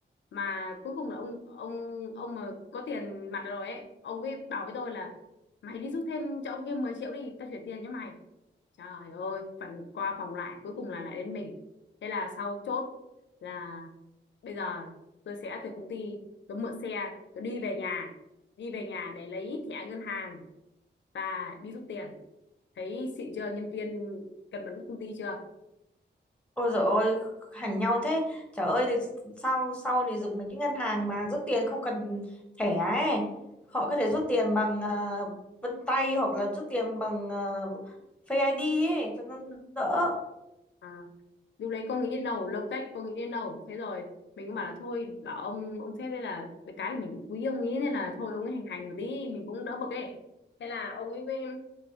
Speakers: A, on the left; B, in the centre.
A: mà cuối cùng là ông ông ông mà có tiền mặt rồi ấy ông ấy bảo với tôi là mày đi rút thêm cho ông kia 10 triệu đi tao chuyển tiền cho mày Trời ơi, phần qua phòng lại cuối cùng là lại đến mình. Thế là sau chốt là bây giờ tôi sẽ từ công ty tôi mượn xe, tôi đi về nhà, đi về nhà để lấy thẻ ngân hàng và đi rút tiền. Thấy xịn chưa nhân viên cần mẫn với công ty chưa?
B: Ôi dồi ôi, hành nhau thế. Trời ơi, thì sau sau này dùng mấy cái ngân hàng mà rút tiền không cần thẻ ấy. Họ có thể rút tiền bằng ờ, vân tay hoặc là rút tiền bằng ờ, Face ID ấy, cho nó đỡ.
A: À, lúc đấy con nghĩ đến đâu lông tách con nghĩ đến đâu thế rồi mình cũng bảo là thôi bảo ông ông sếp đây là cái cái là mình cũng quý ông ấy nên là thôi ông ấy hành hành một tí mình cũng đỡ bực ấy thế là ông ấy với-